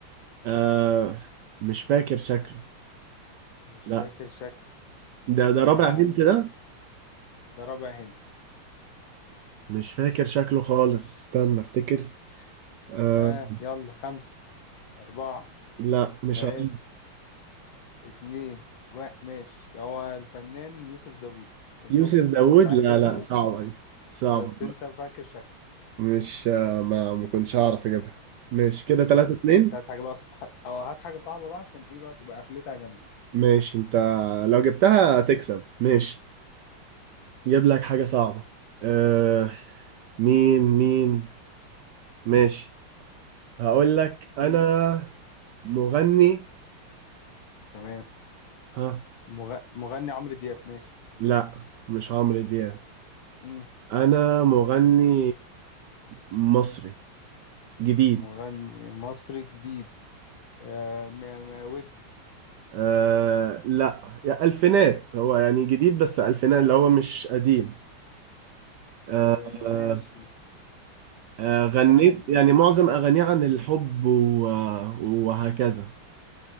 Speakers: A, on the right (about 75°); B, on the left (about 70°).
A: آه مش فاكر شكله
B: مش
A: لأ
B: فاكر شكله
A: ده ده رابع
B: يعني
A: هنت ده
B: ده رابع هنت
A: مش فاكر شكله خالص استنى افتكر آه،
B: ها يلا خمسة أربعة
A: لا مش
B: تلاتة
A: عارف
B: اتنين واحد ماشي هو الفنان يوسف داوود أنت
A: يوسف
B: ممكن
A: داوود
B: تكون مش عارف
A: لا
B: اسمه
A: لا صعبة دي صعبة
B: بس أنت فاكر شكله
A: مش ما ما كنتش هعرف اجيبها مش كده 3
B: طيب
A: 2
B: هات هات حاجة بقى ص- هات- اه هات حاجة صعبة بقى عشان إيه بقى تبقى قفلتها جامدة
A: ماشي انت لو جبتها تكسب ماشي جيب لك حاجة صعبة أه مين مين ماشي هقول لك
B: مم.
A: انا مغني
B: تمام
A: ها
B: مغ... مغني عمرو دياب ماشي
A: لا مش عمرو دياب
B: مم.
A: انا مغني مصري جديد
B: مغني مصري جديد آه م... م... ويجز
A: آه لا يا ألفينات هو يعني جديد بس ألفينات اللي هو مش قديم
B: آه
A: آه
B: ماشي
A: آه آه، غنيت
B: آه...
A: يعني معظم أغانيه عن الحب و- آه، وهكذا